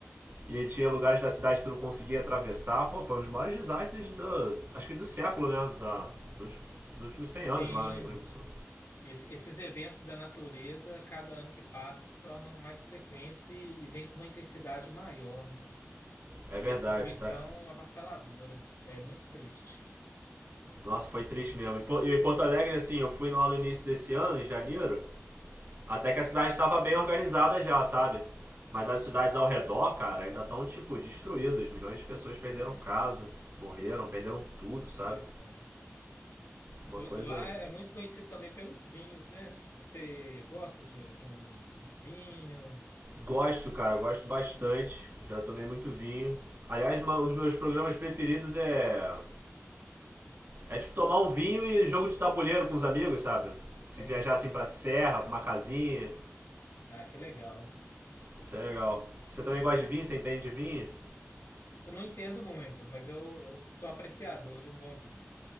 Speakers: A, on the right (about 45°); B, on the left (about 75°).
A: E tinha lugares da cidade que tu não conseguia atravessar. Pô, foi um dos maiores desastres do, acho que do século, né? Da, dos, dos últimos cem
B: Sim,
A: anos lá no Rio Grande do Sul.
B: esse- esses eventos da natureza, cada ano que passa, se tornam mais frequentes e, e vêm com uma intensidade maior, né?
A: É verdade,
B: E a destruição
A: tá?
B: avassaladora. É muito triste.
A: Nossa, foi triste mesmo. E, e Porto Alegre, assim, eu fui lá no início desse ano, em janeiro, Até que a cidade estava bem organizada já, sabe? Mas as cidades ao redor, cara, ainda estão, tipo, destruídas. Milhões de pessoas perderam
B: É,
A: casa, morreram, perderam tudo, sabe?
B: pois é.
A: Uma
B: Lá
A: coisa.
B: é muito conhecido também pelos vinhos, né? Você gosta de, de um vinho?
A: Gosto, cara, gosto bastante. Já tomei muito vinho. Aliás, uma- um dos meus programas preferidos é. É tipo tomar um vinho e jogo de tabuleiro com os amigos, sabe? Se
B: Entendi.
A: viajar assim pra serra, pra uma casinha.
B: Ah, que legal.
A: Isso é legal. Você também gosta de vinho? Você entende de vinho?
B: Eu não entendo muito, mas eu, eu sou apreciador de um bom vinho.